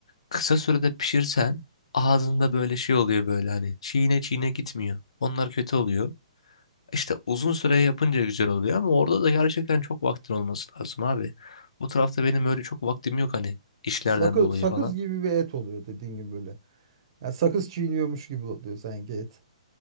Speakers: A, on the left; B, on the right.
A: kısa sürede pişirsen ağzında böyle şey oluyor böyle hani çiğne çiğne gitmiyor. Onlar kötü oluyor. İşte uzun süre yapınca güzel oluyor ama orada da gerçekten çok vaktin olması lazım abi. Bu tarafta benim öyle çok vaktim yok hani işlerden
B: Sakı,
A: dolayı
B: sakız
A: falan.
B: gibi bir et oluyor dediğin gibi böyle. Ya sakız çiğniyormuş gibi oluyor sanki et.